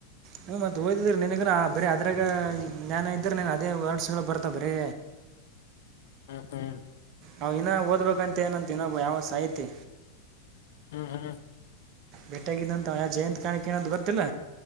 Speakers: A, on the right; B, on the left.
A: ನೀ ಮತ್ತ ಓದಿದ್ರಿ ನಿನಗೂ ಬರೀ ಅದ್ರಾಗ ಧ್ಯಾನ ಇದ್ರೆ ನಿನ್ ಅದೇ ವರ್ಡ್ಸ್ಗಳು ಬರ್ತಾವೆ ಬರೆ.
B: ಹಾ ಹಾ
A: ಅವಾ್ ಇನ್ನ ಓದ್ಬೇಕಂತ ಏನಂತ ಇನ್ನೊಬ್ ಯಾವ ಸಾಹಿತಿ
B: ಹ್ಮ್ ಹ್ಮ್
A: ಬೇಟಾಗಿದ್ದಂತ ಯ ಜಯಂತತ್ ಕಾಣಿಕ ನ ಅಂತ ಗೊತ್ತಿಲ್ಲ